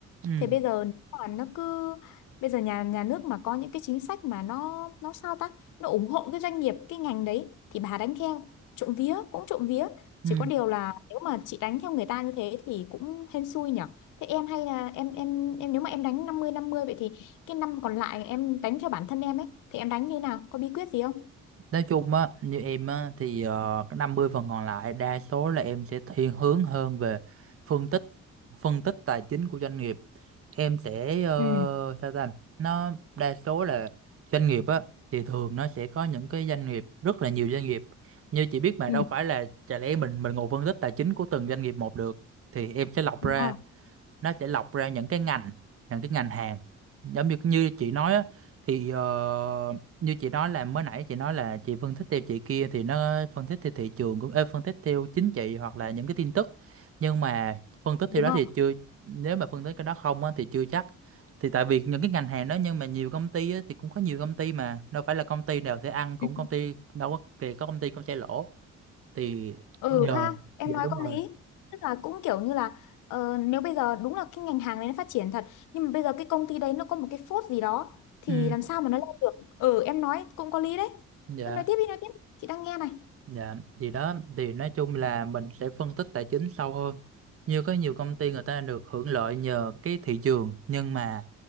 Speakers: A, on the right; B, on the left.
A: ừ
B: Thế bây giờ nếu mà nó cứ bây giờ nhà nhà nước mà có những cái chính sách mà nó nó sao ta? Nó ủng hộ cái doanh nghiệp cái ngành đấy thì bà đánh theo. Trộm vía cũng trộm vía, chỉ
A: ừ
B: có điều là nếu mà chị đánh theo người ta như thế thì cũng hên xui nhỉ. Thế em hay là em em em nếu mà em đánh năm mươi năm mươi vậy thì cái năm còn lại em đánh theo bản thân em ấy thì em đánh như nào? Có bí quyết gì không?
A: nói chung á như em á thì ờ, cái 50 phần còn lại đa số là em sẽ thiên hướng hơn về phân tích phân tích tài chính của doanh nghiệp em sẽ ờ,
B: ừ
A: sao ta nó đa số là doanh nghiệp á thì thường nó sẽ có những cái doanh nghiệp rất là nhiều doanh nghiệp như chị biết mà
B: Ừ.
A: đâu phải là chả lẽ mình mình ngồi phân tích tài chính của từng doanh nghiệp một được thì em sẽ lọc
B: đúng
A: ra
B: rồi
A: nó sẽ lọc ra những cái ngành những cái ngành hàng giống như như chị nói á thì ờ, như chị nói là mới nãy chị nói là chị phân tích theo chị kia thì nó phân tích theo thị trường cũng ê, phân tích theo chính trị hoặc là những cái tin tức nhưng mà phân tích
B: đúng
A: theo đó
B: rồi
A: thì chưa nếu mà phân tích cái đó không á thì chưa chắc thì tại vì những cái ngành hàng đó nhưng mà nhiều công ty á, thì cũng có nhiều công ty mà đâu phải là công ty nào sẽ ăn cũng
B: ừ.
A: công ty đâu có kì có công ty cũng sẽ lỗ thì
B: ừ
A: giờ
B: ha em
A: dạ
B: nói
A: đúng
B: có
A: rồi
B: lý tức là cũng kiểu như là ờ, nếu bây giờ đúng là cái ngành hàng đấy nó phát triển thật nhưng mà bây giờ cái công ty đấy nó có một cái phốt gì đó thì
A: ừ
B: làm sao mà nó lên được ừ em nói cũng có lý đấy
A: dạ
B: cứ nói tiếp đi nói tiếp chị đang nghe này
A: Dạ, thì đó thì nói chung là mình sẽ phân tích tài chính sâu hơn. Như có nhiều công ty người ta được hưởng lợi nhờ cái thị trường nhưng mà